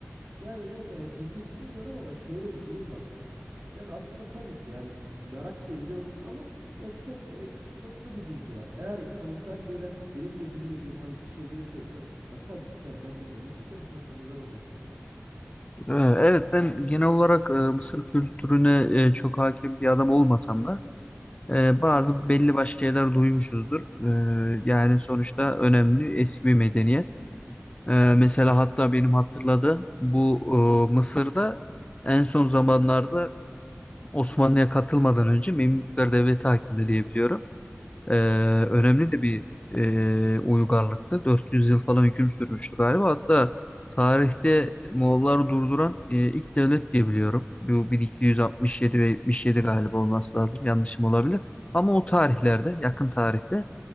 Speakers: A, on the right; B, on the left.
A: Yani yok e, bilgi istemiyorum ama şöyle bir durum var kanka. Yani aslında tabii ki yani merak da ediyorum ama ya çok e, kısıtlı bir bilgi var. Eğer hani sen böyle benim de bilmediğim hani bir şeyleri biliyorsan ya tabii ki senden dinlemek isterim kanka neden olmasın yani.
B: Ee, Evet, ben genel olarak e, Mısır kültürüne e, çok hakim bir adam olmasam da e, bazı belli başlı şeyler duymuşuzdur. E, yani sonuçta önemli eski bir medeniyet. E, mesela hatta benim hatırladığım bu e, Mısır'da en son zamanlarda Osmanlı'ya katılmadan önce Memlükler Devleti hakimdi diye biliyorum. Ee, önemli de bir e, uygarlıktı. 400 yıl falan hüküm sürmüştü galiba. Hatta tarihte Moğolları durduran e, ilk devlet diye biliyorum. Bu 1267 ve 77 galiba olması lazım. Yanlışım olabilir. Ama o tarihlerde, yakın tarihte